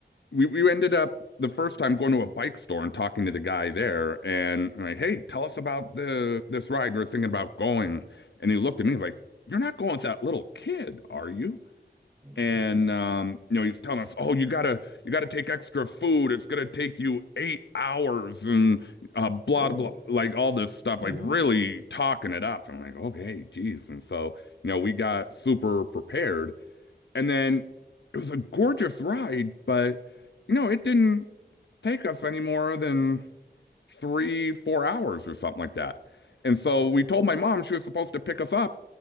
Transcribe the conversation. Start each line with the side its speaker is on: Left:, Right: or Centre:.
Left: we we ended up the first time going to a bike store and talking to the guy there and I'm like, hey, tell us about the this ride we're thinking about going. And he looked at me, he's like, You're not going with that little kid, are you?
Right: Mhm.
Left: And um, you know, he's telling us, Oh, you gotta you gotta take extra food. It's gonna take you eight hours and uh blah
Right: Goodness.
Left: blah like all this stuff,
Right: <laughs>
Left: like really talking it up. I'm like, okay, geez. And so, you know, we got super prepared. And then it was a gorgeous ride, but you know, it didn't take us any more than three, four hours or something like that. And so we told my mom she was supposed to pick us up.